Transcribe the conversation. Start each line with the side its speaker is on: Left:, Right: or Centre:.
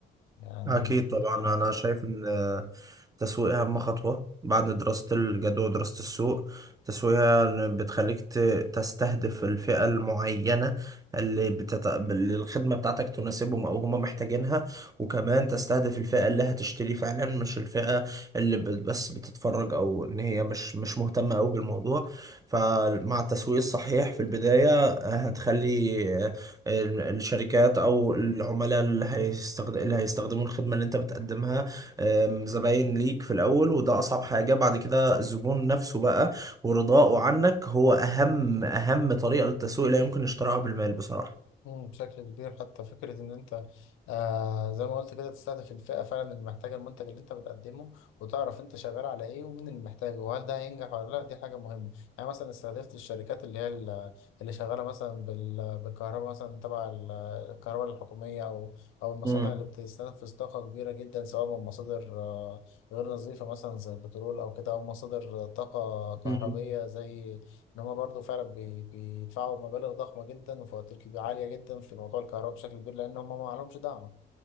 Left: يعني
Right: أكيد طبعا
Left: آه
Right: أنا شايف إن التسويق أهم خطوة بعد دراسة الجدوى ودراسة السوق التسويق هي اللي بتخليك ت- تستهدف الفئة المعينة اللي بتت... اللي الخدمة بتاعتك تناسبهم أو هم محتاجينها وكمان تستهدف الفئة اللي هتشتري فعلا مش الفئة اللي بت- بس بتتفرج أو إن هي مش مش مهتمة أوي بالموضوع فمع التسويق الصحيح في البداية آه، هتخلي آه، ال- الشركات او العملاء اللي هيستخد... اللي هيستخدموا الخدمه اللي انت بتقدمها آم، زباين ليك في الاول وده اصعب حاجه بعد كده الزبون نفسه بقى ورضاؤه عنك هو اهم اهم طريقه للتسويق لا يمكن اشتراها بالمال بصراحه
Left: مم، بشكل كبير حتى فكرة إن أنت آه زي ما قلت كده تستهدف الفئة فعلا اللي محتاجة المنتج اللي أنت بتقدمه وتعرف أنت شغال على إيه ومين اللي محتاجه وهل ده هينجح ولا لأ دي حاجة مهمة يعني مثلا استهدفت الشركات اللي هي ال- اللي شغالة مثلا بال- بالكهرباء مثلا تبع ال- الكهرباء الحكومية أو أو المصانع
Right: مم.
Left: اللي بتستنفذ طاقة كبيرة جدا سواء من مصادر آه غير نظيفة مثلا زي البترول أو كده أو مصادر طاقة كهربية
Right: مم.
Left: زي ان هم برضه فعلا بي- بيدفعوا مبالغ ضخمه جدا وفواتير عاليه جدا في موضوع الكهرباء بشكل كبير لان هم ما عليهمش دعم